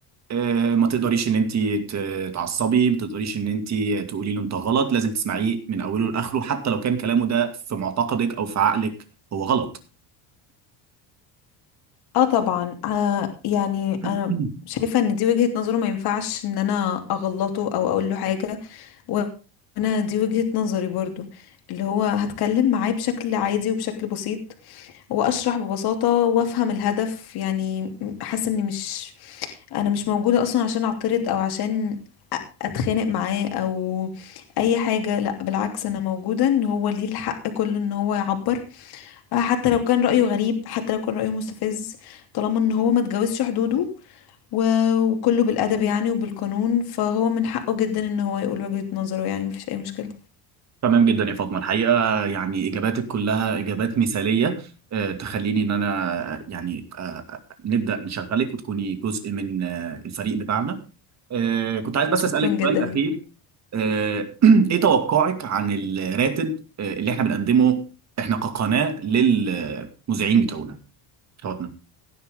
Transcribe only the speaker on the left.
اه طبعا آه يعني أنا
شايفة إن دي وجهة نظره ما ينفعش إن أنا أغلطه أو أقول له حاجة وانا دي وجهة نظري برضو اللي هو هتكلم معاه بشكل عادي وبشكل بسيط واشرح ببساطة وافهم الهدف يعني حاسة اني مش انا مش موجودة اصلا عشان اعترض او عشان اتخانق معاه او اي حاجة لا بالعكس انا موجودة ان هو ليه الحق كله ان هو يعبر آه، حتى لو كان رأيه غريب حتى لو كان رأيه مستفز طالما ان هو ما اتجاوزش حدوده و- وكله بالادب يعني وبالقانون فهو من حقه جدا ان هو يقول وجهة نظره يعني مفيش اي مشكلة
شكرا
جدا
ليك